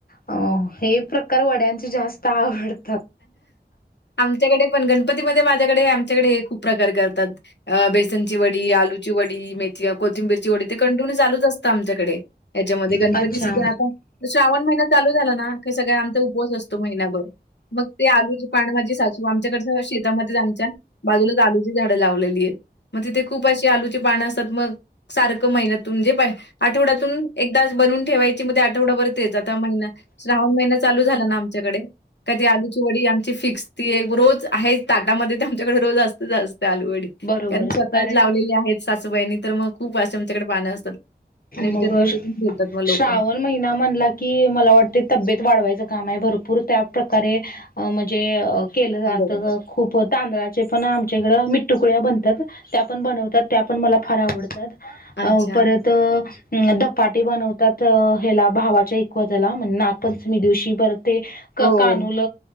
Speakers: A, on the left; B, on the left.
A: अ हे प्रकार वड्यांची जास्त आवडत
B: आमच्याकडे पण गणपतीमध्येध्ये माझ्याकडे आमच्याकडे खूप प्रकार करतात बेसनची वडी आलूची वडी मेथी कोथिंबीरची वडी ते कंटिन्यू चालूच असतं आमच्याकडे याच्यामध्ये गणपती
A: अच्छा.
B: सुद्धा आता श्रावण महिना चालू झाला ना का सगळ आमचा उपवास असतो महिनाभर मग ते आलूची पान माजी सासू आमच्याकडचं शेतामध्येच आमच्या बाजूलाच आलूची झाडं लावलेली आहेत मग तिथे खूप अशी आलूची पानं असतात मग सारखं महिन्यातूनजे पाहि आठवड्यातून एकदा बनून ठेवायची मग ते आठवडावररतीच आता महिना श्रावण महिना चालू झाला ना आमच्याकडे का ती आलूची वडी आमची फिक्स ती रोज आहे ताटामध्ये ते आमच्याकडे रोज असते जास्त आलू वडी
A: बरोबर
B: कारण स्वतःच
A: कारण
B: लावलेले आहेत सासूबाईनी तर मग खूप वाजषे आमच्याकडे पाहणं असतात आणि विकत
A: मग
B: वगैरे पण बेोलतात मग
A: श्रावण
B: लोक
A: महिना म्हणला की मला वाटते तब्येत वाढवायचं काम आहे भरपूर त्या प्रकारे अ म्हणजे केलं जात
B: हं, बरोबर.
A: खूप तांदळाचे पण आमच्याकडं मि तुकड्या बनतात त्या पण बनवतात त्या पण मला फार आवडतात
B: अच्छा.
A: परत अ दपाटे बनवतात ह्याला भावाच्या इकवा त्या्याला म्हणजे नागपंचमी दिवशी बर ते
B: हो.
A: कानूल